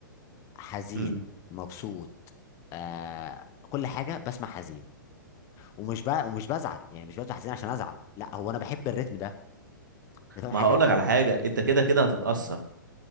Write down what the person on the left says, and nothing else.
حزين
مبسوط آه كل حاجة بسمع حزين ومش بقى ومش بزعل يعني مش بفتح حزين عشان ازعل لا هو انا بحب الريتم ده انت فاهم
حاجه